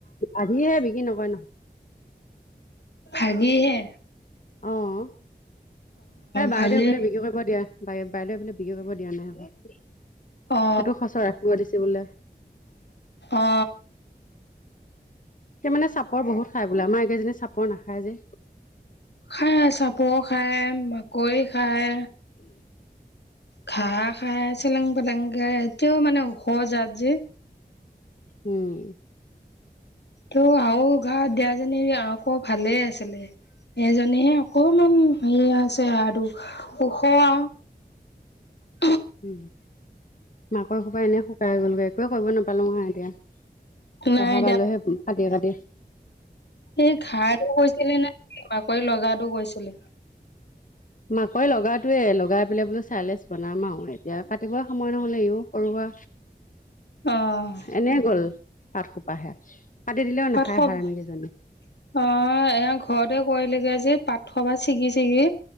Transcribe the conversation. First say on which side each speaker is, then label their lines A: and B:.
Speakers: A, on the left (about 50°); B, on the left (about 85°).
A: আধিহে বিকি নকৰে ন।
B: আধিহে।
A: অহ বাইদেউৱে
B: ভাগি
A: বোলে বিক্ৰী কৰিব দিয়ে। বাই বাইদেউ বোলে বিক্ৰী কৰিব দিয়া নাই আকৌ। সেইটো
B: অ
A: সচৰ ৰাখিব দিছে বোলে।
B: অ
A: সেই মানে চাপৰ বহুত খাই বোলে আমাৰ এই কেইজনী চাপৰ নাখায় যে।
B: খাই চাপৰ খায় মাকৈ খায়। খাই খাই চেলেং পেলংকে এতিয়াও মানে ওখ জাত যে।
A: উম।
B: তো আৱ ঘৰত দিয়াজনী আকৌ ভালে আছিলে। এজনীহে অকমান হেৰি আছে আৰু ওখ আও <unintelligible>
A: উ মাকই সোপা এনেই শুকাই গলগে একোৱে কৰিব নাপালো আও এতিয়া
B: নাই
A: অহা বাৰলে কাটিয়ে কাটিয়ে
B: এ ঘাৰটো কৈছিলি নে বাকৰি লগাটো গৈছিলি
A: মাকৈ লগাটোৱে লগাই পেলাই বোলো চাইলেছ বনাম আৰু এতিয়া কাটিব সময় নহলে ইও কৰবা
B: অ'।
A: এনে গল পাত সোপাহে কাটি দিলেও নাখায়
B: পাত অ
A: হাৰামি
B: এ
A: কেইজনী
B: ঘৰতে কৰিলিগে যে পাত থবা ছিগি ছিগি